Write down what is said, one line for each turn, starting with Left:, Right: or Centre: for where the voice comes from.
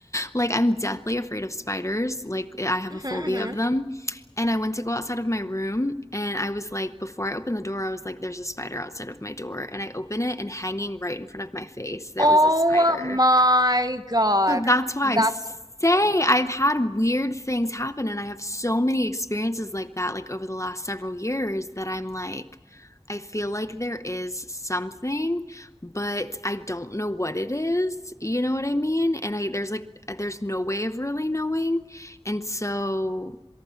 Left: like, I'm deathly afraid of spiders. Like, I have
Right: hmm
Left: a phobia of them. And I went to go outside of my room, and I was like, before I opened the door, I was like, there's a spider outside of my door. And I open it, and hanging right in front of my face, there
Right: Oh
Left: was a spider.
Right: my God.
Left: So that's why
Right: That's
Left: I say
Right: so cool.
Left: I've had weird things happen, and I have so many experiences like that, like over the last several years, that I'm like, I feel like there is something, but I don't know what it is. You know what I mean? And I there's like there's no way of really knowing. And so